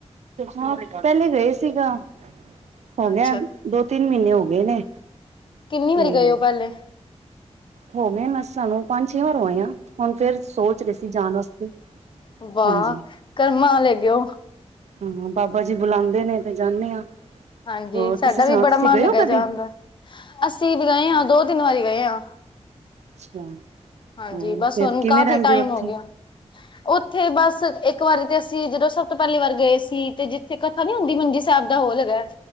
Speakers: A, on the right; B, on the left.
A: ਹਾਂ ਪਹਿਲੇ ਗਏ ਸੀਗਾ- ਹੋ
B: ਅੱਛਾ
A: ਗਿਆ ਦੋ ਤਿਨ ਮਹੀਨੇ ਹੋ ਗਏ ਨੇ
B: ਕਿੰਨੀ
A: ਤੇ-
B: ਵਾਰੀ ਗਏ ਹੋ ਪਹਿਲੇ
A: ਹੋਵੇ ਸਾਨੂੰ ਪੰਜ ਛੇ ਵਾਰ ਹੋਏ ਆ ਹੁਣ ਫੇਰ ਸੋਚ ਰਹੇ ਸੀ ਜਾਣ ਵਾਸਤੇ-
B: ਵਾਹ
A: ਹਾਂਜੀ।
B: ਕਰਮਾਂ ਵਾਲੇ ਹੈਗੇ ਓ-
A: ਹਾਂ ਬਾਬਾ ਜੀ ਬੁਲਾਉਦੇ ਨੇ ਤੇ ਜਾਨੇ ਹਾਂ-
B: ਹਾਂਜੀ
A: ਹੋਰ
B: ਸਾਡਾ
A: ਤੁਸੀਂ ਸੁਣਾਓ
B: ਵੀ ਬੜਾ
A: ਤੁਸੀਂ
B: ਮਨ
A: ਗਏ
B: ਹੈਗਾ
A: ਹੋ
B: ਜਾਣ
A: ਕਦੀ?
B: ਦਾ ਅਸੀ ਵੀ ਗਏ ਹਾਂ ਦੋ ਤਿਨ ਵਾਰੀ ਗਏ ਹਾਂ-
A: ਅੱਛਾ
B: ਹਾਂਜੀ
A: ਹੋਰ
B: ਬਸ
A: ਫੇਰ
B: ਹੁਣ
A: ਕਿਵੇਂ
B: ਕਾਫੀ
A: ਰਹਿੰਦੇ
B: ਟਾਈਮ
A: ਉੱਥੇ?
B: ਹੋ ਗਿਆ - ਉਥੇ ਬਸ ਇਕ ਵਾਰੀ ਤੇ ਅਸੀ ਜਦੋ ਸਭ ਤੋਂ ਪਹਿਲੀ ਵਾਰ ਗਏ ਸੀ ਤੇ ਜਿਥੇ ਕਥਾ ਨੀ ਹੁੰਦੀ ਮੰਜੀ- ਹੋਲ ਹੈਗਾ